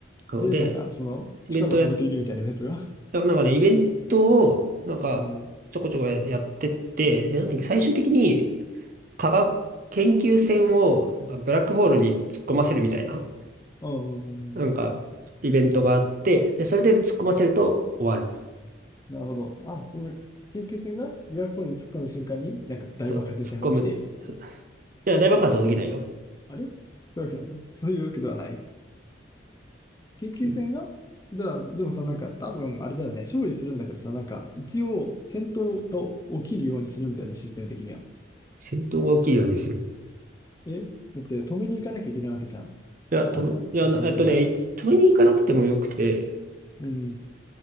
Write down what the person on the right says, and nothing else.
そうで、
イベントをやっだからなんかね、イベントを、なんか、
ちょこちょこやってって、でなんだっけ、最終的に科学研究船をなんかブラックホールに突っ込ませるみたいな、
なんか、イベントがあって、で、それで突っ込ませると終わる。
そう、突っ込む。そういや、大爆発は起きないよ。
うん。
戦闘が起きるようにする。
いや、飛ぶ、
いや、
なえっとね、飛びに行かなくてもよくて、